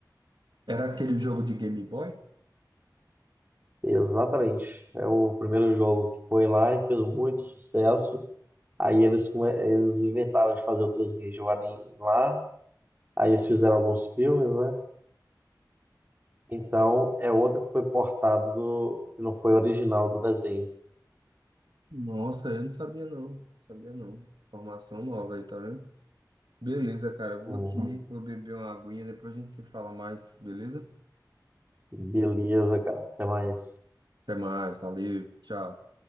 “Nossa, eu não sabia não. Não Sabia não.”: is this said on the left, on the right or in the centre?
Right